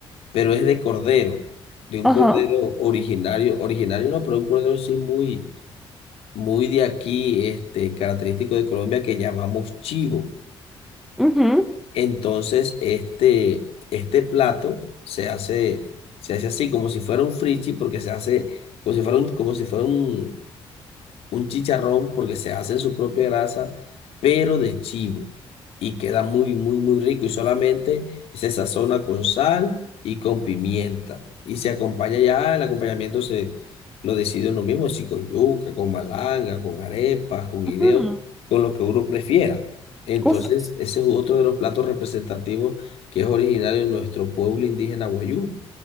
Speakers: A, on the left (about 80°); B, in the centre.
A: pero es de cordero, de un
B: Ajá.
A: cordero originario, originario no, pero un cordero sí muy, muy de aquí, este, característico de Colombia que llamamos chivo.
B: ujú.
A: Entonces, este, este plato se hace, se hace así, como si fuera un frichi, porque se hace como si fuera un, como si fuera un, un chicharrón porque se hace en su propia grasa, pero de chivo. Y queda muy, muy, muy rico. Y solamente se sazona con sal y con pimienta. Y se acompaña ya, el acompañamiento se lo decide uno mismo, si con yuca, con malanga, con arepas, con guineo,
B: Mm,
A: con lo que uno prefiera. Entonces,
B: uf,
A: ese es otro de los platos representativos que es originario de nuestro pueblo indígena Guayú.